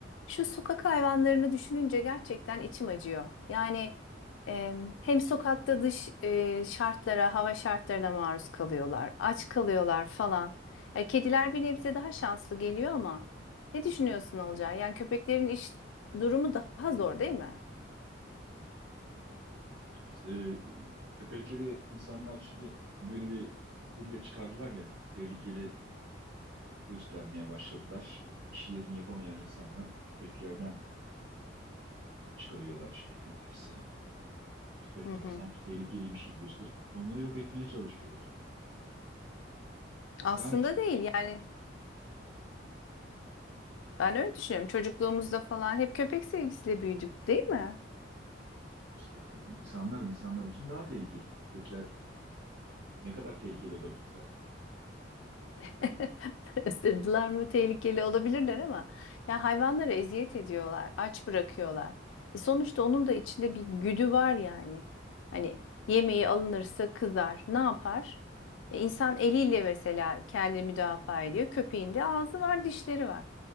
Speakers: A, on the left; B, on the right.
A: Şu sokak hayvanlarını düşününce gerçekten içim acıyor. Yani e, hem sokakta dış e, şartlara, hava şartlarına maruz kalıyorlar, aç kalıyorlar falan. E, kediler bir nebze daha şanslı geliyor ama ne düşünüyorsun Olcay? Yani köpeklerin iş durumu daha zor değil mi?
B: Evet, e, köpekleri insanlar şimdi böyle bir furya çıkardılar ya, tehlikeli göstermeye başladılar. İşlerini yapamayan insanlar köpeklerden çıkarıyorlar şeyini, acısı. Köpekler
A: Hı hı.
B: sanki tehlikeliymiş gibi gösterip onları yok etmeye çalışıyorlar.
A: Aslında
B: Yani, ki-
A: değil yani ben öyle düşünüyorum. Çocukluğumuzda falan hep köpek sevgisiyle büyüdük değil mi?
B: yani insanlar insanlar için daha tehlikeli. Köpekler ne kadar tehlikeli olabilir zaten.
A: <laughs> Beslediler mi tehlikeli olabilirler ama ya hayvanlara eziyet ediyorlar, aç bırakıyorlar. E sonuçta onun da içinde bir güdü var yani. Hani yemeği alınırsa kızar, ne yapar? E insan eliyle mesela kendini müdafaa ediyor. Köpeğin de ağzı var, dişleri var.